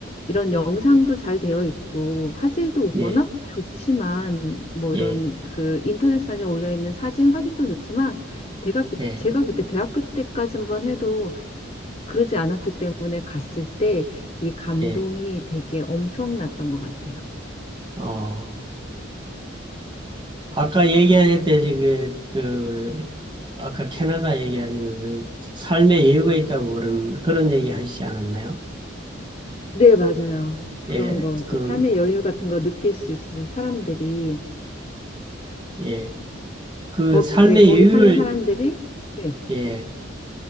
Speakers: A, on the left; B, on the right.
A: 이런 영상도 잘 되어 있고 화질도 워낙
B: 예,
A: 좋지만 뭐 이런
B: 예,
A: 그 인터넷상에 올려 있는 사진 화질도 좋지만 제가 그
B: 예,
A: 제가 그때 대학교 때까지만 해도 그러지 않았기 때문에 갔을 때 이 감동이
B: 예.
A: 되게 엄청났던 것 같아요.
B: 어, 아까 얘기하실 때 지금 그 아까 캐나다 얘기하시면서 삶의 여유가 있다고 그런 그런 얘기 하시지 않았나요?
A: 네, 맞아요. 그런
B: 예,
A: 거 이제
B: 그,
A: 삶의 여유 같은 거 느낄 수 있어서 사람들이
B: 예, 그
A: 거,
B: 삶의
A: 네, 거기
B: 여유를
A: 사는 사람들이 네.
B: 예.